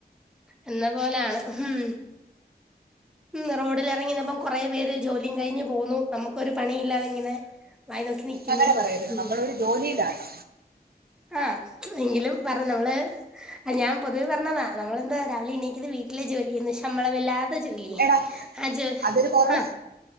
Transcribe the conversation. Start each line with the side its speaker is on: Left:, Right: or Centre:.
Centre: എന്ന പോലാണ് ഉ ഉം ഉം റോഡിലറങ്ങി നിന്നപ്പ കൊറേ പേര് ജോലിയും കഴിഞ് പോവുന്നു നമുക്കൊരു പണിയുംല്ലാതെ ഇങ്ങനെ. വായെ നോക്കി നിക്കുന്നു.
Right: അങ്ങനെ പറയരുത്
Centre: ഹ്
Right: നമ്മളൊരു
Centre: ഹും
Right: ജോലിയിലാണ്
Centre: ആ എങ്കിലും പറ നമള്. അ ഞാൻ പൊതുവെ പറഞ്ഞതാ നമ്മളെന്താ രാവിലെ എണീക്ക്ന്നു വീട്ടിലെ ജോലി ചെയ്യുന്നു ശമ്പളമില്ലാ <unintelligible>
Right: എടാ
Centre: അജ്
Right: അതൊരു കൊറവ്
Centre: ആ